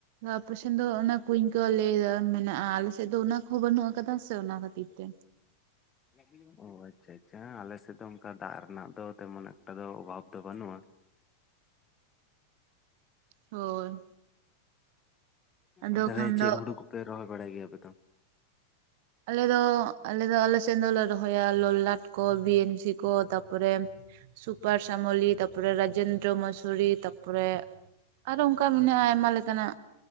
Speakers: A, on the right; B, on the left.
A: ᱟᱯᱮ ᱥᱮᱱ ᱫᱚ ᱚᱱᱟ ᱠᱩᱧ ᱠᱚ ᱞᱟ. ᱭ ᱫᱟ ᱢᱮᱱᱟᱜᱼᱟ ᱟᱞᱮᱥᱮᱫ ᱫᱚ ᱚᱱᱟ ᱠᱚᱦᱚᱸ ᱵᱟᱹᱱᱩᱜ ᱟᱠᱟᱫᱟ ᱥᱮ ᱚᱱᱟ ᱠᱷᱟᱹᱛᱤᱨ ᱛᱮᱼᱼ
B: <inaudible> ᱚ ᱟᱪᱪᱷᱟ ᱟᱪᱪᱷᱟ ᱟᱞᱮᱥᱮᱫ ᱫᱚ ᱚᱱᱠᱟ ᱫᱟᱜ ᱨᱮᱱᱟᱜ ᱫᱚ ᱛᱮᱢᱚᱱ ᱮᱠᱴᱟ ᱫᱚ ᱚᱵᱷᱟᱵ ᱫᱚ ᱵᱟᱹᱱᱩᱜᱼᱟ,
A: ᱦᱳᱭ᱾ ᱟᱫᱚ
B: ᱟ ᱛᱟᱦᱚᱞᱮ
A: ᱠᱷᱟᱱ
B: ᱪᱮᱫ
A: ᱫᱚ
B: ᱦᱩᱲᱩ ᱠᱚᱯᱮ ᱨᱚᱦᱚᱭ ᱵᱟᱲᱟᱭ ᱜᱮᱭᱟ ᱟᱯᱮ ᱫᱚ?
A: ᱟᱞᱮ ᱫᱚ ᱟᱞᱮ ᱫᱚ ᱟᱞᱮ ᱥᱮᱫ ᱫᱚᱞᱮ ᱨᱚᱦᱚᱭᱟ ᱞᱚᱞᱟᱴ ᱠᱚ ᱵᱤᱱᱥᱤ ᱠᱚ ᱛᱟᱨᱯᱚᱨᱮ ᱥᱩᱯᱟᱨ ᱥᱟᱢᱚᱞᱤ ᱛᱟᱯᱚᱨᱮ ᱨᱟᱡᱮᱱᱫᱨᱚ ᱢᱚᱥᱩᱨᱤ ᱛᱟ ᱯᱚᱨᱮ ᱟᱨᱚ ᱚᱱᱠᱟ ᱢᱮᱱᱟᱜᱼᱟ ᱟᱭᱢᱟ ᱞᱮᱠᱟᱱᱟᱜ᱾